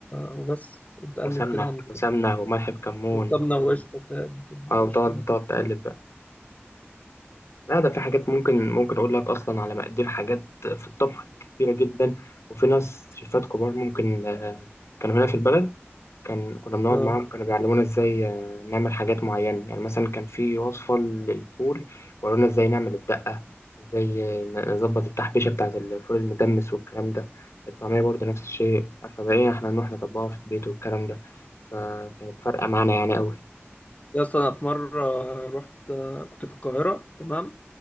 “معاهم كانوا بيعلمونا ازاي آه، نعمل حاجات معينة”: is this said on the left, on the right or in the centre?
Left